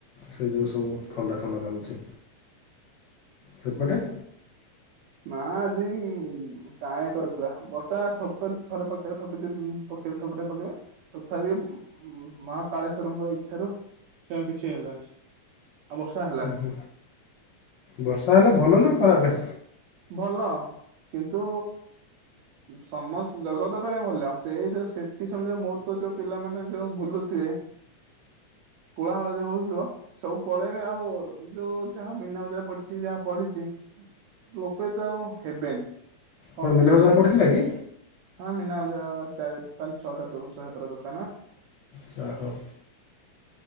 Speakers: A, on the left (about 65°); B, on the right (about 75°).
A: ସେହିତ ସବୁ ଥଣ୍ଡା ଥଣ୍ଡା ଲାଗୁଛି। ସେପଟେ
B: ଓ ହୁଁ ନା ଆଜି ପାଣି ଏକ ରଖିଲଥିଲା ବର୍ଷା ଠୋପ ଥରେ ପକେଇଲା ଠୋପେ ପକେଇଲେ ଠପେ ଠୋପ ପକେଇବା। ତଥାପି ମାହା କଳେଶ୍ଵରଙ୍କ ଇଚ୍ଛାରୁ ସେ କିଛି ହେଲାନି। ଆଉ ବର୍ଷା ହେଲାନି
A: ଓହୋ ବର୍ଷା ହେଲେ ଭଲ ନା ଖରାପ?
B: ଭଲ କିନ୍ତୁ ସମସ୍ତ ଜଗତ ପାଇଁ ଭଲ, ସେଇ ସେଥି ସମୟ ମୁହର୍ ତ ଯୋଉ ପିଲାମାନୋନେ ଯୋଉ ବୁଲୁଥିବେ କୋଳାହାଳ ଯୋଉ ହୋଉଥିବ ସବୁ ପଳେଇବେ ଆଉ ଯୋଉ ଯାହା ମନା ବଜା ପଡିଛି ଯାହା ପଡିଚି ଲୋକ ଏତେ ଆଉ ହେବେନି କମି
A: କଣ ମୀନା
B: ଯାଇପାରନ୍ତି।
A: ବଜାର ପଡ଼ିଥିଲା କି
B: ହଁ ମିନାବଜାର ଚାରି ପାଞ୍ଚ ଛଅଟା ଛ ସାତଟା ଦୋକାନ
A: ଚାହ